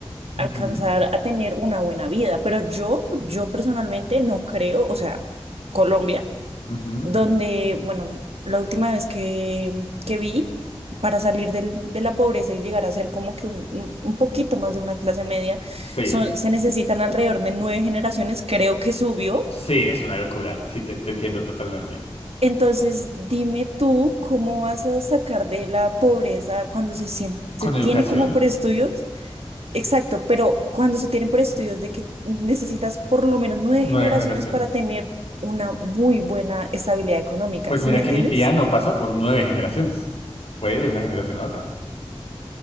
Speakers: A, on the left; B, on the right.
A: Ujú,
B: alcanzar a tener una buena vida, pero yo, yo personalmente no creo, o sea, Colombia
A: ujú.
B: donde, bueno, la última vez que, que vi, para salir del, de la pobreza y llegar a ser como que un, un- poquito más de una clase media,
A: Sí,
B: son, se necesitan alrededor de nueve generaciones, creo que subió.
A: sí, es una locura. Sí, te, te entiendo totalmente.
B: Entonces, dime tú, ¿cómo vas a sacar de la pobreza cuando se, sien-
A: Con
B: se tiene
A: educación,
B: como por estudios? Exacto, pero cuando se tienen por estudios de que necesitas por lo menos nueve
A: nueve
B: generaciones
A: generaciones.
B: para tener una muy buena estabilidad económica,
A: Pues
B: ¿sí
A: mira
B: me
A: que
B: entiendes?
A: mi tía no pasó por nueve generaciones. Fue de una generación a otra,